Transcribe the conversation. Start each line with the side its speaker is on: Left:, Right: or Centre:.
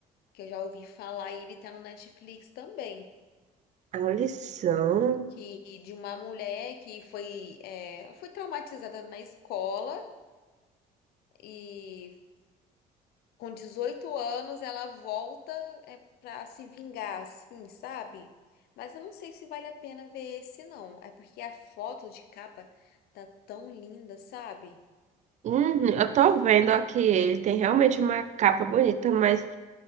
Left: que eu já ouvi falar, e ele tá no Netflix também,
Right: a lição.
Left: que de uma mulher que foi, é, ela foi traumatizada na escola e com 18 anos ela volta é, para se vingar, assim, sabe? Mas eu não sei se vale a pena ver esse, não. É porque a foto de capa tá tão linda, sabe?
Right: Uhum, eu tô vendo aqui, ele tem realmente uma capa bonita, mas